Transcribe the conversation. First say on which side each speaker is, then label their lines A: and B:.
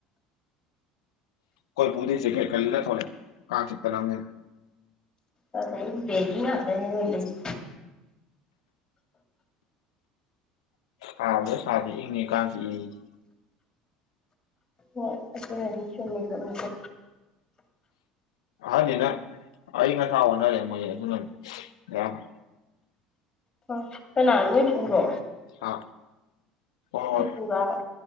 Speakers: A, on the left; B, on the left.
A: ꯈꯣꯏ ꯄꯨꯗꯤ ꯖꯦꯀꯦꯠꯀꯥ ꯂꯤꯠꯂ ꯊꯣꯛꯂꯛꯑꯦ ꯀꯥꯡ ꯆꯤꯛꯇꯅꯝꯅꯦ
B: <unintelligible> ꯕꯦꯕꯤꯅ ꯑꯝꯇꯪ ꯏꯔꯣꯏꯒꯦꯁꯦ
A: <unintelligible>
B: ꯑꯣ ꯑꯗꯨꯅꯗꯤ ꯆꯨꯝꯃꯦꯕ ꯃꯣꯏꯗꯣ
A: ꯑꯍꯟꯅꯤꯅ ꯑꯌꯪ ꯑꯁꯥ ꯑꯣꯟꯅꯔꯦ ꯃꯣꯏꯖꯦ ꯑꯗꯨꯅꯅꯦ ꯑꯌꯥꯝꯕꯅ
B: ꯍꯣꯏ ꯀꯅꯥ ꯅꯣꯏ ꯄꯨꯔꯣ
A: ꯍꯥ ꯍꯣ ꯍꯣ
B: ꯅꯣꯏ ꯄꯨꯔꯕ